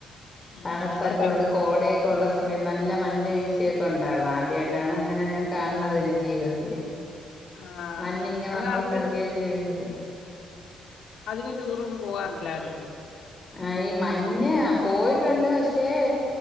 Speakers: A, on the left; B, on the left.
A: ഉം
B: തണുപ്പൊക്കെ
A: അവിടെ ഭയ
B: ഉള്ള കോടയെ ക്കൊള്ള സമയത് നല്ല മഞ്ഞ വീഴ്ചയൊക്കെ ഉണ്ടായിരുന്നു ആദ്യായിട്ടാണ് ഇങ്ങനെ ഞാൻ കാൺണത് തന്നെ ജീവിതത്തില്.
A: ആഹ്
B: മഞ്ഞിങ്ങനെ
A: അങ്ങനെ
B: നമ്മളെ
A: അധികം
B: ഫ്രണ്ടി വെച്ച് വീഴ്ണത്.
A: അധികം ടൂറൊന്നും പോവാറില്ലായിരുന്നു.
B: ആ ഈ മഞ്ഞ് പോയിട്ടുണ്ട് പക്ഷേ.